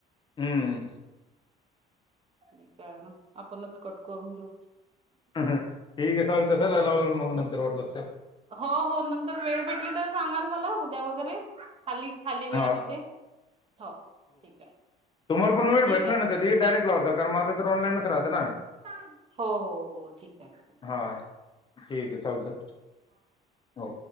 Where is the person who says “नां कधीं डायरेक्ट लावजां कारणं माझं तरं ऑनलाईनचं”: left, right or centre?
Left